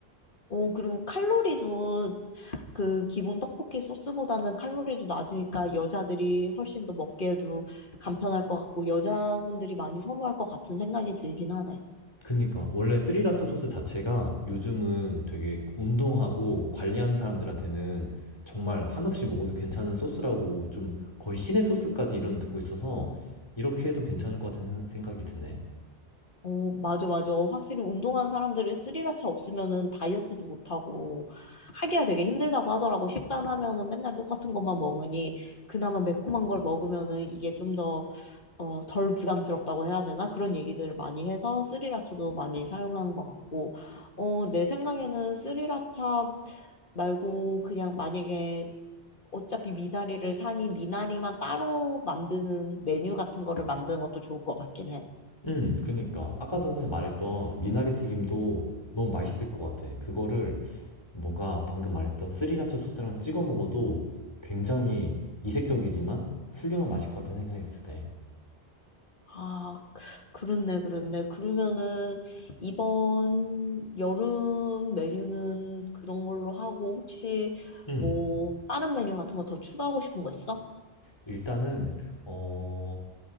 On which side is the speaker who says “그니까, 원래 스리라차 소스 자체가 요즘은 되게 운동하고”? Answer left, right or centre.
Left